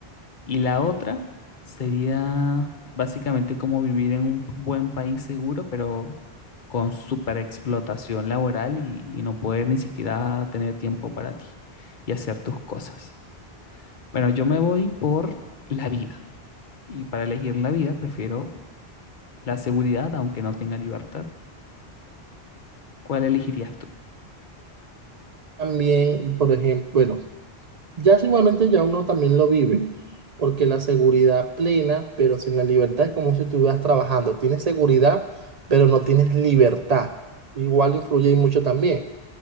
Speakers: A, on the left; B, on the right.
A: Y la otra sería básicamente como vivir en un buen país seguro, pero con superexplotación laboral y, y no poder ni siquiera tener tiempo para ti y hacer tus cosas. Bueno, yo me voy por la vida. Y para elegir la vida, prefiero la seguridad, aunque no tenga libertad. ¿Cuál elegirías tú?
B: También, por ejemplo, bueno. Ya sí, igualmente ya uno también lo vive, porque la seguridad plena, pero sin la libertad, es como si estuvieras trabajando. Tienes seguridad, pero no tienes libertad. Igual influye y mucho también.